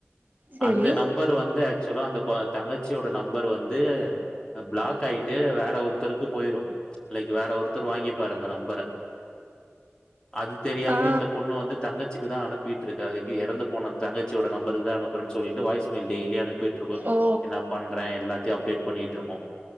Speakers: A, on the right; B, on the left.
A: செரி
B: அந்த நம்பர் வந்து ஆக்சுவலா அந்த கொ தங்கச்சியோட நம்பர் வந்து ஆ பிளாக் ஆயிட்டு வேற ஒருத்தருக்கு போயிரு லைக் வேற ஒருத்தர் வாங்கிப் பார் அந்த நம்பர அது தெரியாம
A: ஆ
B: இந்த பொண்ணு வந்து தங்கச்சிக்கு தா அனுப்பீட்டுருக்கு அதுக்கு இறந்து போன தங்கச்சியோட நம்பருக்கு தா அனுப்புறே சொல்லீட்டு வாய்ஸ் மெய்ல் டெய்லி அனுப்பீட்டுருக்கு
A: ஓ
B: என்ன பண்றே எல்லாதயு அப்டேட் பண்ணீட்டுருக்கு